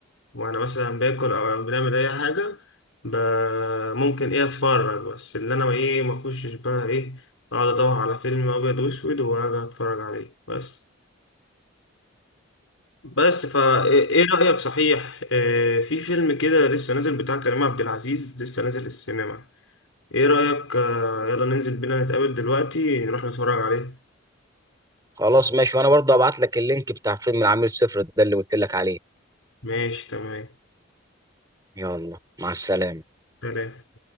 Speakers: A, on the left; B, on the right.
A: وأنا مثلا باكل أو بنعمل أي حاجة ب... ممكن إيه أتفرج بس اللي أنا إيه ما أخشش بقى إيه أقعد أدور على فيلم أبيض وأسود وأقعد أتفرج عليه بس بس فا ايه إيه رأيك صحيح آه، في فيلم كده لسه نازل بتاع كريم عبد العزيز لسه نازل السينما ايه رأيك آه، يلا ننزل بينا نتقابل دلوقتي نروح نتفرج عليه
B: خلاص ماشي وانا برضه هبعت لك اللينك بتاع فيلم العميل صفر ده اللي قلت لك عليه
A: ماشي تمام
B: يلا مع السلامة
A: سلام